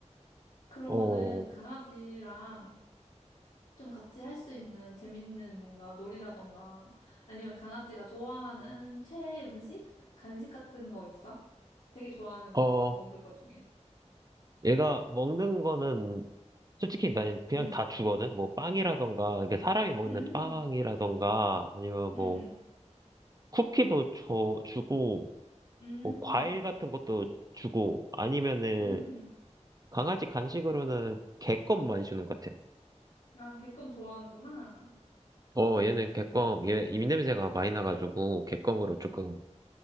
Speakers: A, on the left; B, on the right.
A: 그러면은
B: 어,
A: 그 강아지랑 좀 같이 할 수 있는 재밌는 뭔가 놀이라던가 아니면 강아지가 좋아하는 최애 음식? 간식 같은 거 있어? 되게 좋아하는
B: 어,
A: 뭔가 먹을 거 중에.
B: 얘가 먹는 거는 솔직히 난 그냥
A: 응.
B: 다 주거든. 뭐 빵이라던가 이게 사람이 먹는
A: 음.
B: 빵이라던가 아니면 뭐
A: 음. 음.
B: 쿠키도 줘 주고
A: 음.
B: 뭐 과일 같은 것도 주고 아니면은
A: 음.
B: 강아지 간식으로는 개껌만 주는 것 같아.
A: 아, 개껌 좋아하는구나.
B: 어 얘는 개껌 얘 입냄새가 많이 나가지고 개껌으로 조금